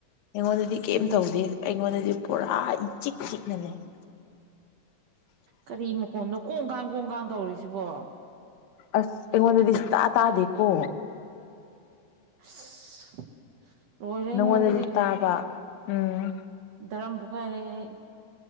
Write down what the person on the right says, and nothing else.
ꯎꯝ
ꯀꯔꯤ ꯃꯈꯣꯟꯅꯣ ꯀꯣꯡ ꯀꯥꯡ ꯀꯣꯡ ꯀꯥꯡ ꯇꯧꯔꯤꯁꯤꯕꯣ
ꯑꯁ ꯂꯣꯏꯔꯦ ꯑ
ꯩꯉꯣꯟꯗꯗꯤ
ꯇꯔꯥꯝ ꯄꯣꯛꯈꯥꯏꯔꯦ ꯑꯩ